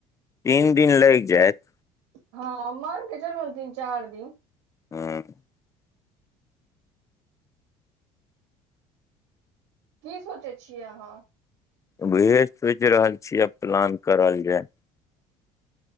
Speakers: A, on the left; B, on the right.
A: तीन दिन लागि जाइत।
B: हँ मानके चलू न तीन चार दिन।
A: हँ
B: की सोचै छियै आहाँ।
A: उहे सोचि रहल छियै आब प्लान कऽ रहलिये।